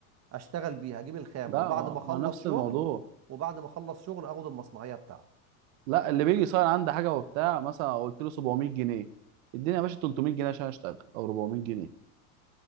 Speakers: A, on the right; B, on the right.
A: أشتغل بيها أجيب الخامة
B: لا
A: وبعد
B: ما
A: ما أخلص
B: ما نفس
A: شغل
B: الموضوع
A: وبعد ما أخلص شغل أخد المصنعية بتاعتي
B: لا اللي بيجي يصير عنده حاجه وبتاع مثلا قلت له 700 جنيه اديني يا باشا 300 جنيه عشان اشتغل او 400 جنيه